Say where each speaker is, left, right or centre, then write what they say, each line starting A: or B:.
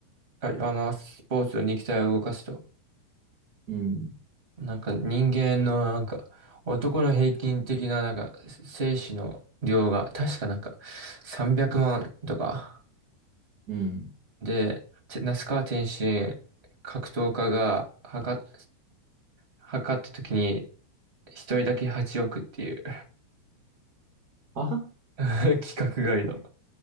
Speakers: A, on the right (about 20°); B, on the right (about 45°).
A: あ、あの、スポーツの肉体を動かすと。
B: う。うん、
A: なんか人間のなんか男の平均的ななんか精子の量が確かなんか300万とか
B: うん。
A: で、て那須川天心格闘家が測っ、測った時に一人だけ8億っていう
B: は
A: <laughs> 規格外 <laughs> の。